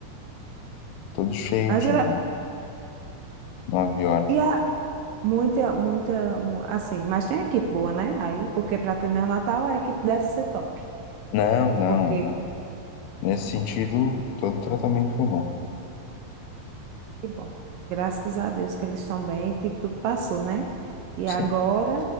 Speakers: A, on the left (about 85°); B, on the right (about 80°).
A: Todo cheio
B: Mas,
A: de
B: gra-
A: nove horas.
B: e a... Muita, muita, mu- assim, mas tem equipe boa, né? Aí, porque para ter neonatal, a equipe deve ser top.
A: Não, não.
B: Porque
A: é. Nesse sentido, todo tratamento foi bom.
B: Que bom. Graças a Deus que eles estão bem e que tudo passou, né? E
A: Sim,
B: agora